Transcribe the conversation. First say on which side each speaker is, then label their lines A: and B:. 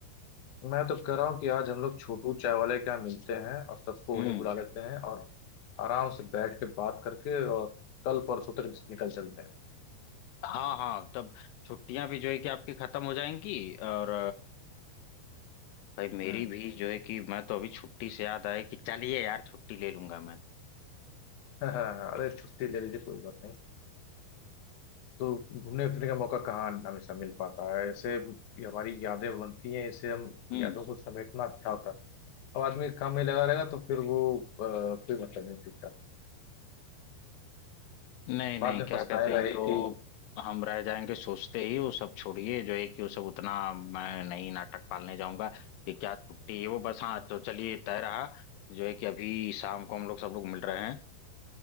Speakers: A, on the left (about 65°); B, on the left (about 80°).
A: मैं तो कह रहा हूँ कि आज हम लोग छोटू चाय वाले के यहाँ मिलते हैं और सबको
B: हम्म
A: वहीं बुला लेते हैं और आराम से बैठ के बात करके और कल परसों तक निकल चलते हैं
B: <laughs> हाँ हाँ तब छुट्टियां भी जो है कि आपकी खत्म हो जाएंगी और भाई मेरी
A: हम्म
B: भी जो है कि मैं तो अभी छुट्टी से याद आया कि चलिए यार छुट्टी ले लूंगा मैं
A: <laughs> हाँ, अरे छुट्टी ले लीजिए कोई बात नहीं तो घूमने फिरने का मौका कहाँ हमेशा मिल पाता है ऐसे ये हमारी यादें बनती हैं इसे हम
B: हम्म
A: यादों को समेटना अच्छा होता है अब आदमी काम में लगा रहेगा तो फिर वो अ, कोई मतलब नहीं दिखता
B: नहीं नहीं
A: बाद में
B: क्या
A: पछताएगा
B: कहते हैं
A: यही
B: कि वो
A: कि
B: हम रह जाएंगे सोचते ही वो सब छोड़िए जो है कि वो सब उतना मैं नहीं नाटक पालने जाऊंगा कि क्या छुट्टी है वो बस हाँ तो चलिए तय रहा जो है कि अभी शाम को हम लोग सब लोग मिल रहे हैं